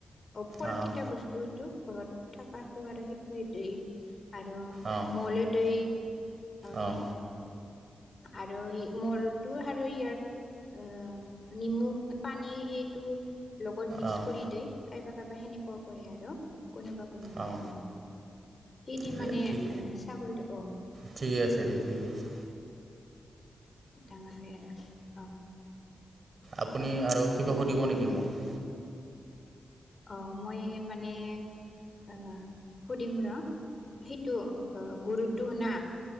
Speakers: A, on the left (about 45°); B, on the right (about 55°).
A: অ ফল
B: অঁ
A: কেইটা বস্তু টো ঘৰত থাকাটো আৰু সেইটোৱে দেই আৰু
B: অঁ
A: মলো দেই। আমি
B: অঁ
A: আৰু সেই মলটো আৰু ইয়াৰ অ নিমখ পানী সেইটো লগত মিক্স
B: অঁ
A: কৰি দেই কাইবা কাইবা সেনেকুৱা কৰে আৰু। কোনোবা কোনোবা
B: অঁ
A: সেনেকুৱা, সেই দি
B: দে
A: মানে
B: ঠিক
A: ছাগলটো অহ
B: ঠিকে আছে, দে ঠিক আছে।
A: <unintelligible> আদা অহ।
B: আপুনি আৰু কিবা সুধিব নেকি মোক?
A: অ মই মানে অ সুধিম ৰ। সেইটো অ গুৰুটো না?